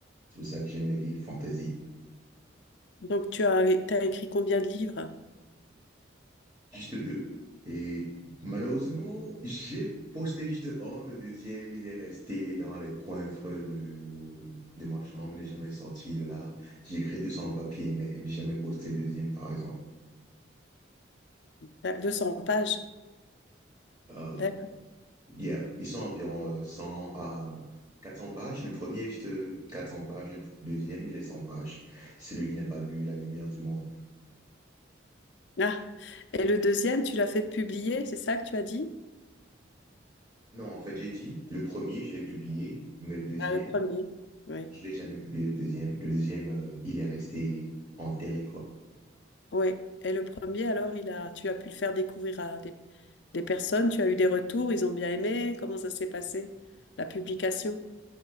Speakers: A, on the right (about 20°); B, on the left (about 65°).
A: C'est pour ça que j'aime les livres fantasy
B: Donc, tu as, t'as écrit combien de livres?
A: Juste deux. Et malheureusement, j'ai posté juste un. Le deuxième, il est resté dans les coins coiffres de, de ma chambre. Il n'est jamais sorti de là. J'ai écrit tout ça en papier, mais j'ai jamais posté le deuxième, par exemple.
B: T'as 200 pages.
A: Euh,
B: D'accord.
A: yeah. Ils sont environ euh, 100 à 400 pages. Le premier, est juste euh, 400 pages. Le pr- deuxième, il est 100 pages. C'est lui qui n'a pas vu la lumière du monde.
B: Ah. Et le deuxième, tu l'as fait publier, c'est ça que tu as dit?
A: Non, en fait, j'ai dit, le premier, je l'ai publié, mais le deuxième,
B: Ah, le premier. Oui.
A: Je l'ai jamais publié le deuxième. Le deuxième, euh, il est resté enterré, quoi.
B: Oui. Et le premier, alors, il a, tu as pu le faire découvrir à des, des personnes, tu as eu des retours, ils ont bien aimé. Comment ça s'est passé, la publication?